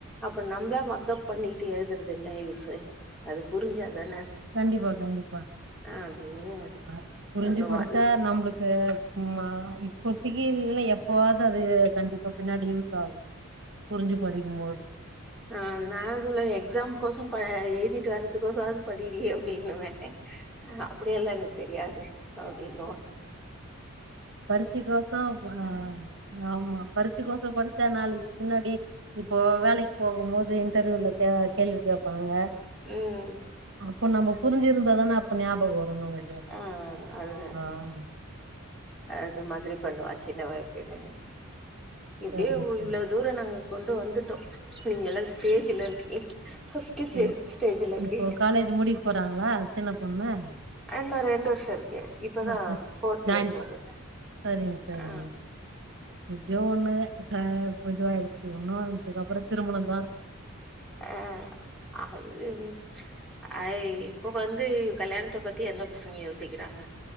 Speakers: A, in the centre; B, on the right.
A: அப்ப நம்பலா மக்கப் பண்ணிட்டு எழுதுறது என்ன யூஸ்சு அது புரிஞ்சாதான
B: கண்டிப்பா கண்டிப்பா
A: அப்டின்னு
B: அ புரிஞ்சு
A: பண்ணுவா
B: படிச்சா நம்ளுக் கு மா இப்போத்திக்கு இல்லன எப்பவாது அது கண்டிப்பா பின்னாடி யூஸ் ஆகு புரிஞ்சு படிக்கும்போது
A: அ நா சொல்ல எக்ஸாம் கோசுங் ப எழுதிட்டு வர்றதுக்கோசாது படி டி அப்புடின்னுவே அப்புடியெல்லா எனக்கு தெரியாது அப்டின்னுவா
B: பரிச்சி கோசு ஆஹ் ஆமா பரிட்ச்சு கோச படிச்சா நாளைக் பின்னாடி இப்போ வேலைக் போகும்மோது இன்டர்வியூல கே கேள்வி கேப்பாங்க
A: ம்
B: அப்போ நம்ம புரிஞ்சிருந்த தான அப்ப ஞ்யாபகோ <unintelligible>
A: ஆ அது
B: ஆஹ்
A: அது மாதிரி பண்ணுவா சின்னவா எப்பயுமே இப்டியே
B: சரிங்க சார்
A: இவ்ளோ தூரொ நாங்க கொண்டு வந்துட்டோ நீங்க எல்லா ஸ்டேஜுல இருக்கீங்க ஃபர்ஸ்ட் ஸ்டேஜ்
B: ஓக்
A: ஸ்டேஜ்ல இருக்கீங்க
B: இப்போ காலேஜ் முடிக்க போறாங்களா சின்ன பொண்ணு
A: இன்னு ரெண்டு வருஷ இருக்கே இப்பதா
B: ஆ, சரி.
A: ஃபோர்த்
B: ஜாயின்
A: இயர் போக
B: பண்
A: போற
B: சரிங்க சரிங்க
A: ஆ
B: எப்டியோ ஒன்னு ஹா பொதுவாயிடுச்சு ஒன்னு இதுக்குப்பறொ திருமணந்தா
A: அ அதுவ் ஐ இப்ப வந்து கல்யாணத்த பத்தி எந்த பசங்க யோசிக்கிறாங்க.